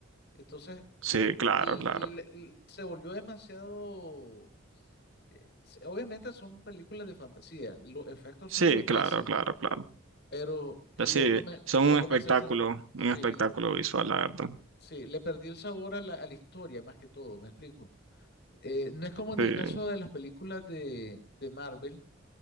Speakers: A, on the left (about 55°); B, on the right (about 80°).
A: Entonces,
B: Sí, claro,
A: l-
B: claro.
A: l- l- se volvió demasiado eh, se- obviamente son películas de fantasía, los efectos
B: Sí,
A: son buenísimos,
B: claro, claro, claro.
A: pero le,
B: Pues sí,
A: come-
B: son
A: le
B: un
A: comencé
B: espectáculo,
A: a sen- sí,
B: un espectáculo visual, la verdad.
A: sí, le perdí el sabor a la, a la historia más que todo, ¿me explico? Eh, no es como en
B: Sí.
A: el caso de las películas de, de Marvel,